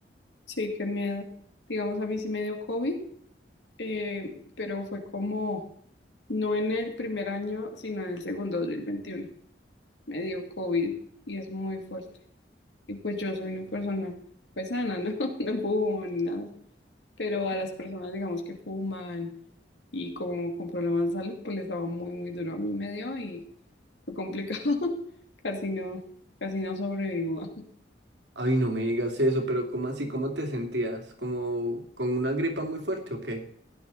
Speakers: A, on the left (about 75°); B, on the right (about 70°).
A: Sí, qué miedo. Digamos, a mí sí me dio COVID, eh, pero fue como, no en el primer año, sino en el segundo, 2021 me dio COVID y es muy fuerte. Y pues yo soy una persona pues sana, ¿no? <laughs> No fumo ni nada. Pero a las personas, digamos, que fuman y como con problemas de salud, pues les daba muy, muy duro. A mí me dio y fue complicado. <laughs> Casi no, casi no sobrevivo. <laughs>
B: Ay, no me digas eso, pero ¿cómo así? ¿Cómo te sentías? ¿Como con una gripa muy fuerte o qué?